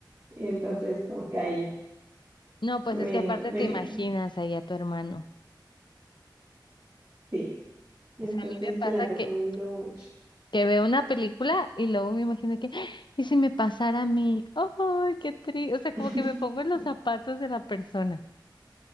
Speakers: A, on the right (about 35°); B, on the left (about 75°).
A: Y entonces como que ahí
B: No, pues
A: me,
B: es que aparte
A: me,
B: te imaginas ahí a tu hermano.
A: sí, entonces
B: O sea, a mí me pasa
A: te la recomiendo
B: que,
A: mucho.
B: que veo una película y luego me imagino que, <gasps> ¡Ah! ¿y si me pasara a mí? ¡Ay, qué triste! O sea, como
A: <laughs>
B: que me pongo en los zapatos de la persona.